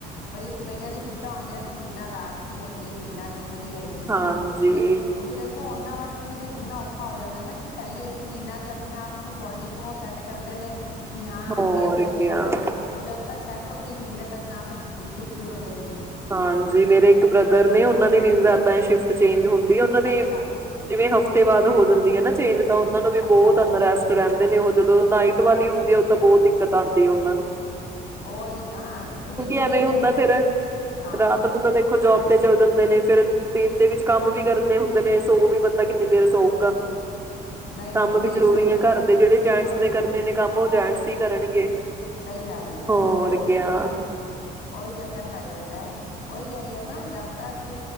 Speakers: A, on the left (about 85°); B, on the right (about 15°).
A: ਬਈ ਕਈਆਂ ਦੀਆਂ ਸ਼ਛਿਫਟਾਂ ਆਉਂਦੀਆਂ ਨੇ ਮਹੀਨਾ ਰਾਤ ਦੀ ਹੈਗੀ ਹੈਏ ਮਹੀਨਾ ਦਿਨ ਹੈਗੀ
B: ਹਾਂਜੀ
A: ਤੇ ਉਹ ਵੀ ਦੇਖੋ ਹੁਣ ਓਣਾ ਵਾਸਤੇ ਵੀ ਤਾਂ ਕਿੰਨਾ ਔਖਾ ਹੋ ਜਾਂਦਾ ਨਾ ਕਿ ਪਹਿਲੇ ਇੱਕ ਮਹੀਨਾ ਤੇ ਆਪਣੇ ਆਪ ਨੂੰ ਬੋਡੀ ਨੂੰ ਉਹ ਸੈੱਟ ਕਰਦੇ ਨੇ ਕਿ ਹਾਂ ਆਸ
B: ਹੋਰ
A: <unintelligible> ਐਸ ਟਾਈਮ
B: ਕਿਆ
A: ਸੋਹਣਾ ਹੈ ਉਹ ਜਦ ਤੱਕ ਸੈੱਟ ਹੂੰਦੇ ਮਹੀਨੇ ਤੱਕ ਤਾਂ ਤੱਕ ਦੂਜੀ ਸ਼ਿਫਟ ਸ਼ੁਰੂ ਹੋ ਜਾਂਦੀ ਹੈ
B: ਹਾਂਜੀ ਮੇਰੇ ਇੱਕ ਬ੍ਰਦਰ ਨੇ ਉਹਨਾਂ ਦੀ ਮਿਨ <unintelligible> ਸ਼ਿਫਟ ਚੇਂਜ ਹੁੰਦੀ ਹੈ ਉਹਨਾਂ ਦੀ
A: ਅੱਛਾ
B: ਜਿਵੇਂ ਹਫਤੇ ਬਾਅਦ ਹੋ ਜਾਂਦੀ ਹੈ ਨਾ ਚੇਂਜ ਤਾਂ ਉਹਨਾਂ ਨੂੰ ਵੀ
A: ਅੱਛਾ
B: ਬਹੁਤ ਅਨਰੈਸਟ ਰਹਿੰਦੇ ਨੇ ਉਹ ਜਦੋਂ ਨਾਈਟ ਵਾਲੀ ਹੁੰਦੀ ਉ ਤਾਂ ਬਹੁਤ ਦਿੱਕਤ ਆਉਂਦੀ ਹੈ ਉਹਨਾਂ ਨੂੰ
A: ਉਹੀ ਨਾ ਕਿਉਂਕਿ ਜਿੰਨੀ
B: ਐਵੇਂ
A: ਦੇਰ
B: ਹੁੰਦਾ
A: ਤੱਕ
B: ਫੇਰ
A: ਹਾਂ
B: ਰਾਤ ਨੂੰ ਤਾਂ ਦੇਖੋ ਜੋਬ ਤੇ ਚ ਦਿੰਦੇ ਨੇ ਫੇਰ ਦੀਨ ਦੇ ਵਿੱਚ ਕੰਮ ਵੀ ਕਰਨੇ ਹੁੰਦੇ ਨੇ ਸੌ ਵੀ ਬੰਦਾ ਕਿੰਨੀ ਦੇਰ ਸੋਊਗਾ
A: ਨਹੀਂ
B: ਕੰਮ
A: ਨਹੀਂ ਨਹੀਂ
B: ਵੀ ਜਰੂਰੀ
A: ਸੋ ਸਕਦਾ
B: ਹੈ ਘਰ
A: ਬੰਦਾ
B: ਦੇ ਜਿਹੜੇ ਜੈਂਟਸ
A: ਹਾਂ
B: ਨੇ ਕਰਨੇ ਨੇ ਕੰਮ ਉਹ ਜੈਂਟਸ ਹੀ ਕਰਨਗੇ
A: ਸਹੀ ਗੱਲ ਐ
B: ਹੋਰ ਕਿਆ
A: ਉਹੀ ਚੱਕਰ ਪੈ ਜਾਂਦਾ ਹੈ ਉਹੀ ਕਹਿ ਰਹੀ ਹੈ ਨਾ ਜਦ ਤੱਕ